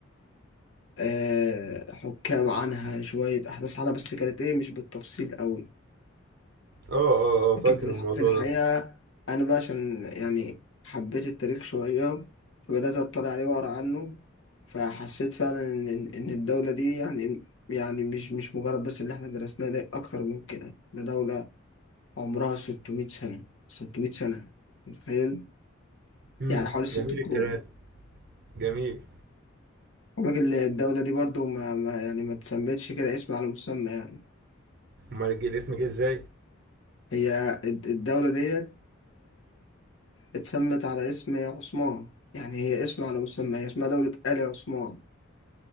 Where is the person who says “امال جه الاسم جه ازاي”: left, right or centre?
Right